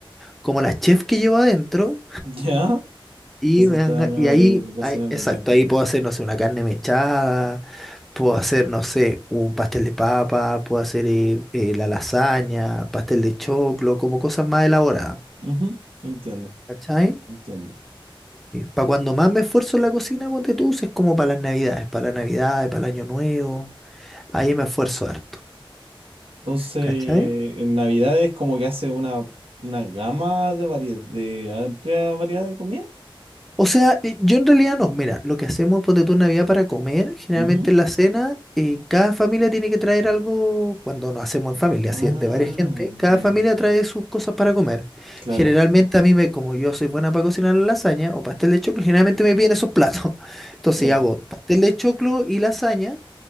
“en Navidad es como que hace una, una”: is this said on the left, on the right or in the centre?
Right